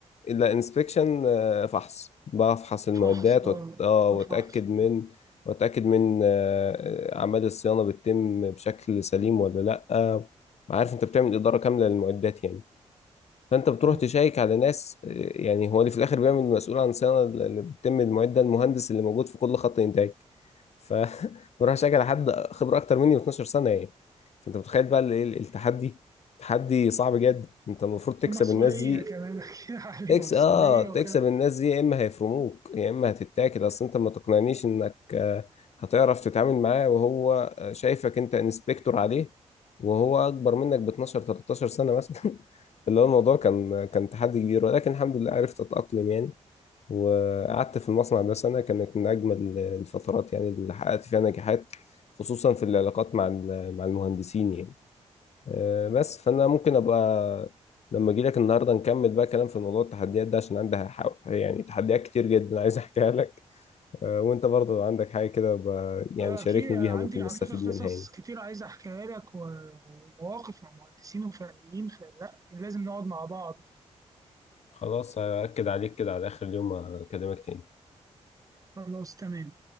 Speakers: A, on the left; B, on the right.
A: لا انسبكشن فحص بفحص المعدات
B: فحص آه،
A: وأت... آه، واتاكد
B: فحص
A: من واتاكد من آه، آه، اعمال الصيانه بتتم بشكل سليم ولا لا عارف انت بتعمل اداره كامله للمعدات يعني فانت بتروح
B: آه.
A: تشيك على ناس آه، يعني هو اللي في الاخر بيعمل مسؤول عن الصيانه اللي بتتم المعده المهندس اللي موجود في كل خط انتاج ف <laughs> بروح اشيك على حد خبره اكتر مني ب 12 سنه يعني فانت متخيل بقى ال- ال- التحدي تحدي صعب جدا انت المفروض تكسب
B: ومسؤولية
A: الناس دي
B: كمان <laughs> أكيد عليها
A: تكس
B: مسؤولية
A: اه تكسب
B: وكده
A: الناس دي يا اما هيفرموك يا اما هتتاكل اصل انت ما تقنعنيش انك آه، هتعرف تتعامل معاه وهو آه، شايفك انت انسبكتور عليه وهو اكبر منك ب 12 13 سنه مثلا <laughs> اللي هو الموضوع كان كان تحدي كبير ولكن الحمد لله عرفت اتاقلم يعني وقعدت في المصنع ده سنه كانت من اجمل الفترات يعني اللي حققت فيها نجاحات خصوصا في العلاقات مع ال- مع المهندسين يعني آه، بس فانا ممكن ابقى لما اجي لك النهارده نكمل بقى كلام في موضوع التحديات ده عشان عندها ح- يعني تحديات كتير جدا عايز احكيها لك آه، وانت برضه لو عندك حاجه كده ابقى يعني
B: آه،
A: شاركني
B: أكيد أنا
A: بيها
B: عندي
A: ممكن
B: على
A: نستفيد
B: فكرة قصص
A: منها يعني
B: كتير عايز أحكيها لك و- ومواقف مع مهندسين وفنيين فلا لازم نقعد مع بعض
A: خلاص هأكد عليك كده على آخر اليوم أكلمك تاني
B: خلاص تمام